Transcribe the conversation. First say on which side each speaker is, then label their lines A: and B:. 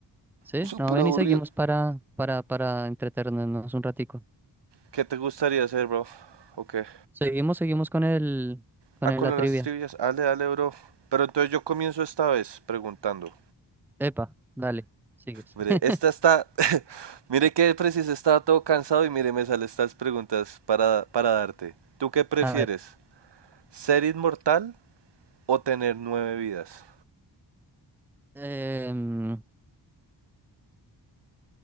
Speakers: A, in the centre; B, on the right (about 70°).
A: ¿Sí?
B: Súper
A: No, ven
B: aburrido.
A: y seguimos para, para, para entretenernos un ratico.
B: ¿Qué te gustaría hacer, bro? ¿O qué?
A: Seguimos, seguimos con el, con
B: Ah,
A: el,
B: con
A: la
B: las
A: trivia.
B: trivias. Dale, dale, bro. Pero entonces yo comienzo esta vez preguntando.
A: Epa, dale, sigues.
B: Mire,
A: <laughs>
B: esta está. <laughs> Mire que preciso, estaba todo cansado y mire, me salen estas preguntas para, para darte. ¿Tú qué prefieres?
A: A ver,
B: ¿Ser inmortal o tener nueve vidas?
A: em,